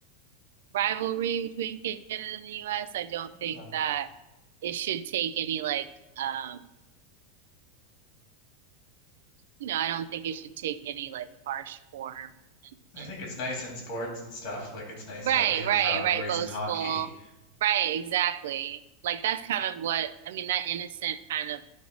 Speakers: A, on the right; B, on the left.
A: rivalry between Canada and the US. I don't think
B: yeah.
A: that it should take any like um you know, I don't think it should take any like harsh form and,
B: I
A: and
B: think it's nice in sports and stuff. Like it's nice
A: right,
B: that we have
A: right,
B: rivalries
A: right, boastful.
B: in hockey.
A: Right, exactly. Like that's kind of what I mean, that innocent kind of